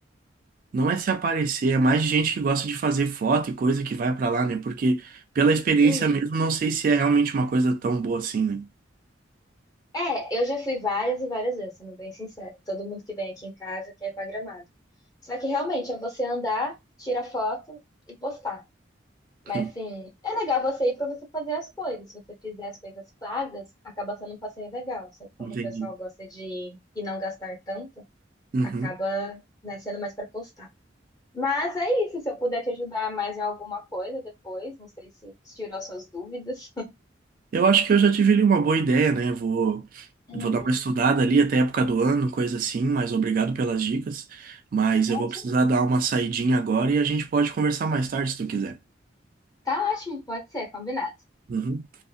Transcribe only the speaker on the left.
Hum.
É, eu já fui várias e várias vezes, sendo bem sincera. Todo mundo que vem aqui em casa quer ir pra Gramado. Só que realmente é você andar, tirar foto e postar. Mas
assim, é legal você ir pra você fazer as coisas. Se você fizer as coisas pagas, acaba sendo um passeio legal. Só que como
o pessoal gosta de ir e não gastar tanto,
acaba, né, sendo mais pra postar. Mas é isso, se eu puder te ajudar mais em alguma coisa depois, não sei se tirou suas dúvidas.
Uhum,
tá
ótimo.
Tá ótimo, pode ser, combinado.